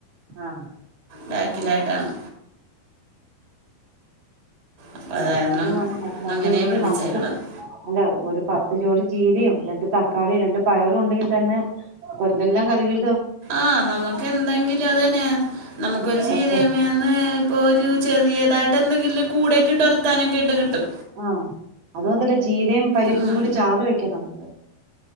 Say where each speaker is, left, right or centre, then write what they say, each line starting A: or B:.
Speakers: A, on the right; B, on the right.
A: ആഹ്
B: ബാക്കിലായിട്ടാണ് അപ്പം
A: അല്ല
B: അത് കാരണം
A: എന്തെങ്കിലും ന നട്ടു
B: അങ്ങനെ
A: പിടിപ്പിച്ച
B: പിടിപ്പിച്ചേക്കണത്
A: നമ്മുക്ക് അല്ല ഒരു പത്ത് ജോടി ചീരയും രണ്ട് തക്കാളിയും രണ്ട് പയറും ഉണ്ടെങ്കിൽ തന്നെ ന്തെല്ലാം കറികൾ
B: ആഹ നമുക്ക് എന്തെങ്കിലും അതന്നെ നമുക്കൊരു
A: ആഹ്
B: ചീരമന്ന്
A: പെട്ട
B: ഇപ്പോൾ ഒരു ചെറിയതായിട്ട് എന്തെങ്കിലും കൂടെയൊക്കെ ഇട്ട വലുത്താനൊക്കെയിട്ട് കിട്ടും
A: ആഹ അതുമാതല്ലേ ചീരയും പരിപ്പും
B: ഉം.
A: കൂടി ചാറ് വെക്കാം നമുക്ക്